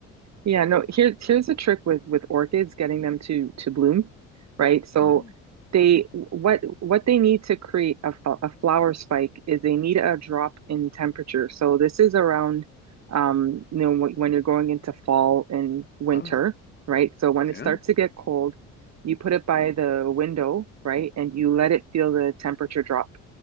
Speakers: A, on the right (about 45°); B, on the left (about 25°).
A: Yeah, no, here, here's a trick with with orchids, getting them to to bloom, right? So
B: hmm
A: they what what they need to create a, fl- a flower spike is they need a drop in temperature. So this is around um you know when, when you're going into fall and winter,
B: Oh,
A: right? So when
B: yeah.
A: it starts to get cold, you put it by the window, right? And you let it feel the temperature drop,